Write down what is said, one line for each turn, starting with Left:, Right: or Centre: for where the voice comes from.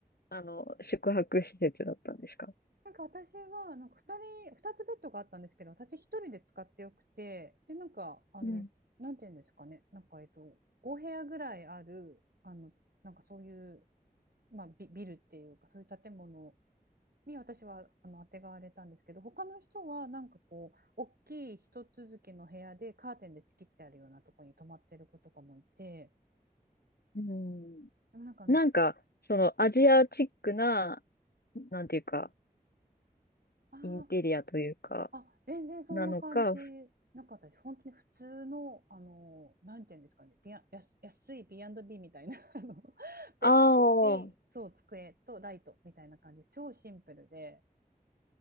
Left: あの、宿泊施設だったんですか
Right: なんか私はなんか2人、2つベッドがあったんですけど、私一人で使ってよくて、で、なんか、あの、
Left: うん。
Right: なんていうんですかね、なんか、えっと、5部屋ぐらいある、あの、なんかそういう、まあ、ビ、ビルっていうか、そういう建物に私はあの、当てがわれたんですけど、他の人は、なんかこう、大きい一続きの部屋でカーテンで仕切ってあるようなところに泊まってる子とかもいて、
Left: うん。
Right: でもなんかあの、
Left: なんか、そのアジアチックな、なんていうか、
Right: あ、
Left: インテリアというか、
Right: あ、全然そんな感じ
Left: なのか、
Right: なかったです。本当に普通の、あの、なんていうんですかね、ビア、安、安い B&B みたいな、<laughs> あの、ベッドに、
Left: ああ、
Right: そう、机とライトみたいな感じです。超シンプルで。